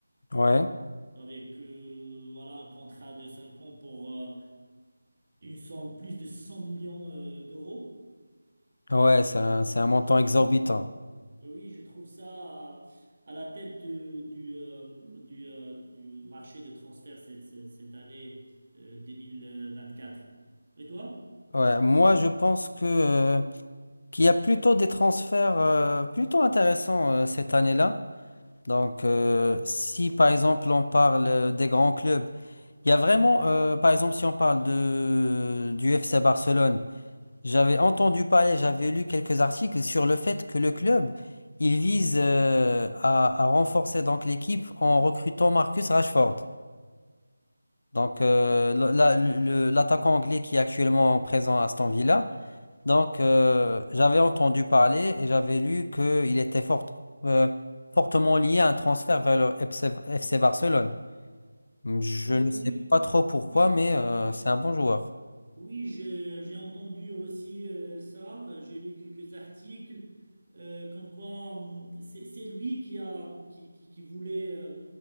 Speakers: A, on the left; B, on the right.
A: ouais,
B: avec euh, voilà, un contrat de 5 ans pour euh, une somme plus de 100 millions euh, d'euros.
A: Ouais, c'est un, c'est
B: Je,
A: un montant
B: je trouve,
A: exorbitant.
B: euh, oui, je trouve ça à, à la tête euh, du, euh, du, euh, du marché de transfert cette, cette, cette année euh, 2024. Et toi?
A: Ouais, moi, je pense que euh, qu'il y a plutôt des transferts euh, plutôt intéressants euh, cette année-là. Donc, euh, si par exemple on parle euh, des grands clubs, il y a vraiment, euh, par exemple, si on parle de, du FC Barcelone. J'avais entendu parler, j'avais lu quelques articles sur le fait que le club, il vise euh, à, à renforcer donc l'équipe en recrutant Marcus Rashford. Donc euh, le- la- le- le- l'attaquant anglais qui est actuellement présent à Aston Villa. Donc euh, j'avais entendu parler et j'avais lu qu'il était fort, euh, fortement lié à un transfert vers le FC, FC Barcelone. Je
B: Euh,
A: ne
B: oui,
A: sais pas trop pourquoi,
B: oui,
A: mais euh,
B: oui.
A: c'est un bon joueur.
B: Oui, j'ai j'ai entendu aussi euh, ça. Euh, J'ai lu quelques articles euh, comme quoi hum, c'est c'est lui qui a qui, qui- qui voulait euh,